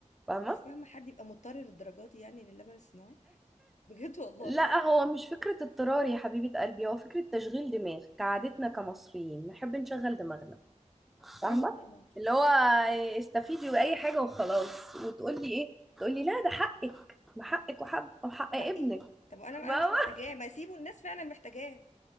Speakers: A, in the centre; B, on the left.
A: فاهمه
B: مش فاهمة حد يبقى مضطر للدرجات دي يعني للبن الصناعي <laughs> بجد والله
A: لا هو مش فكره اضطرار يا حبيبه قلبي هو فكره تشغيل دماغ كعادتنا كمصريين نحب نشغل دماغنا فاهمه
B: ايوه طبعا
A: اللي هو استفيدي بأي حاجة وخلاص وتقولي ايه تقولي لا ده حقك ما حقك وحق وحق ابنك
B: حقي طب انا انا
A: فاهمة
B: مش محتاجاه ما سيبوا الناس فعلا محتاجاه